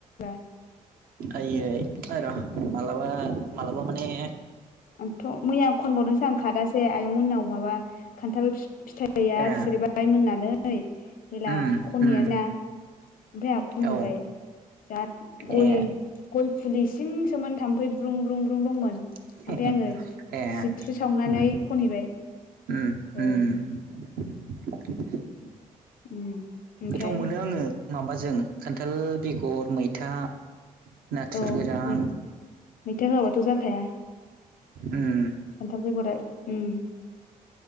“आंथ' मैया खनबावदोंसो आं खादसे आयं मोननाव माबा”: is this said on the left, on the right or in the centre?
Left